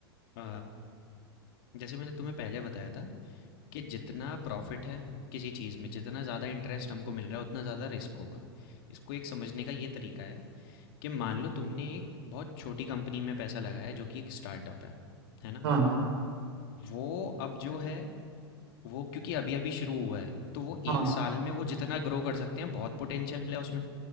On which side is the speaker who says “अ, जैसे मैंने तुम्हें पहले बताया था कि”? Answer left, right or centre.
Left